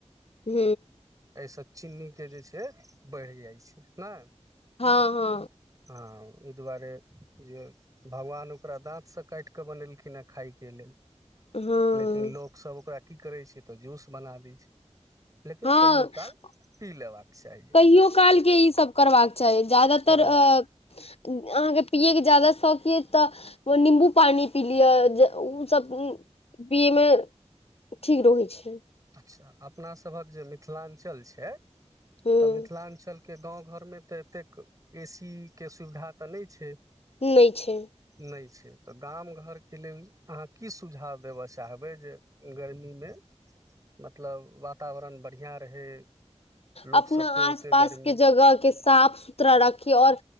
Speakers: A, on the left; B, on the right.
A: हू
B: आय से चीनी के जे छै बढ़ि जाइ छै ना
A: हा हा
B: हँ एहि दुआरे जे भगवान ओकरा दाँत से काटि कऽ बनेलखिन ह्न खायके लेल
A: हँ
B: लेकिन लोकसब ओकरा की करय छै तऽ जूस बना दै छै लेकिन
A: हो----कहियो
B: कहियो काल पी लेबाक चाही
A: काल के ई सब करबाक चाही ज्यादातर
B: करबाक
A: अ अहाँके पियै के ज्यादा शौक ये तऽ निम्बू पानी पी लिअ जे उ सब पिये मे ठीक रहै छय
B: अच्छा अपना सभक जे मिथिलांचल छै
A: हूँ
B: तऽ मिथिलांचल के गाँव घरमे तऽ एतेक एसी के सुविधा तऽ नै छै
A: नै छै
B: नहि तऽ गाम घरके लेल अहाँ की सुझाव देबऽ चाहबै जे गर्मी मे
A: <inaudible>
B: मतलब वातावरण बढिया रहै लोक
A: अपना
B: सबके ओते
A: आस पास
B: गर्मी
A: के जगह के साफ सुथरा रखि और